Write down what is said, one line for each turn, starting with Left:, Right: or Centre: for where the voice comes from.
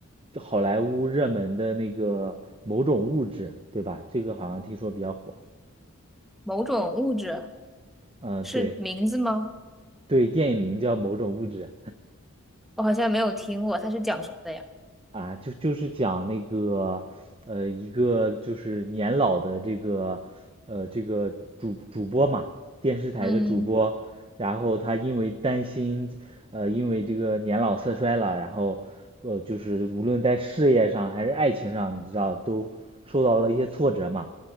Right: 好莱坞热门的那个某种物质，对吧？这个好像听说比较火。
Centre: 某种物质
Right: 嗯、
Centre: 是名字吗？
Right: 对对，电影名叫《某种物质》
Centre: 我好像没有听过，它是讲什么的呀？
Right: 啊，就就是讲那个，呃，一个就是年老的这个，呃，这个主主播嘛，电视台的主播，
Centre: 嗯
Right: 然后他因为担心，呃，因为这个年老色衰了，然后，呃，就是无论在事业上还是爱情上，你知道都受到了一些挫折嘛，